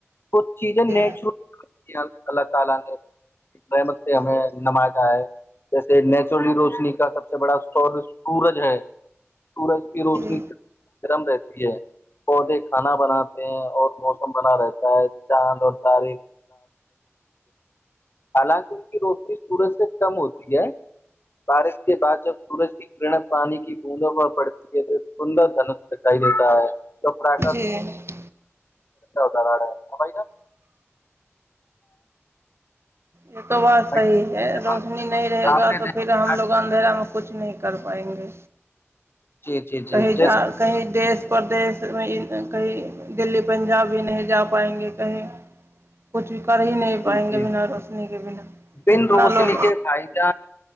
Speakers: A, on the left (about 50°); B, on the right (about 60°).
A: وہ چیزیں نیچرل
B: جی
A: اللہ تعالی نے رحمت سے ہمیں نوازا ہے جیسے نیچرلی روشنی کا سب سے بڑا اسور سورج ہے سورج کی روشنی
B: جی
A: گرم رہتی ہے پودے کھانا بناتے ہیں اور موسم بنا رہتا ہے چاند اور تاریخ حالانکہ ان کی روشنی سورج سے کم ہوتی ہے بارش کے بعد جب سورج کی کرن پانی کی بوندوں پر پڑتی ہے تو سندر دھنس دکھائی دیتا ہے توا
B: جی یہ
A: ہوتا رہا کیا
B: یہ تو بات
A: بھائی
B: صحیح ہے روشنی
A: آپ
B: نہیں رہے
A: آپ
B: گا
A: نے
B: تو
A: دیکھا
B: پھر ہم لوگ اندھیرا میں کچھ نہیں کر پائیں گے
A: جی جی جی
B: کہیں
A: جیس
B: جا کہیں دیس میں کہیں دلی پنجاب ہی نہیں جا پائیں گے کہیں کچھ بھی کر ہی نہیں
A: جی
B: پائیں
A: جی
B: گے بنا روشنی کے بنا
A: بن
B: کتنا
A: روشنی
B: لوگ
A: <unintelligible>